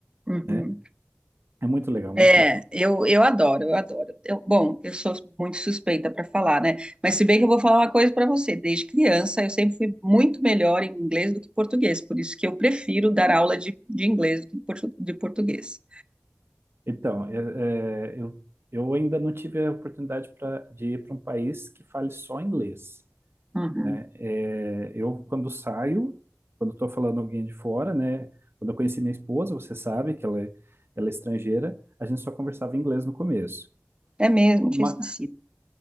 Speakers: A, on the right; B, on the right.
A: uhum.
B: né? É muito legal, muito
A: É,
B: legal.
A: eu, eu adoro, eu adoro. Eu, bom, eu sou muito suspeita para falar, né? Mas se bem que eu vou falar uma coisa para você. Desde criança, eu sempre fui muito melhor em inglês do que português. Por isso que eu prefiro dar aula de, de inglês do que portu- de português.
B: Então, é- é, eu, eu ainda não tive a oportunidade pra, de ir para um país que fale só inglês,
A: Uhum.
B: né? É, eu, quando saio, quando estou falando alguém de fora, né? Quando eu conheci minha esposa, você sabe que ela é, ela é estrangeira, a gente só conversava inglês no começo.
A: É, é mesmo,
B: Ma-
A: tinha esquecido.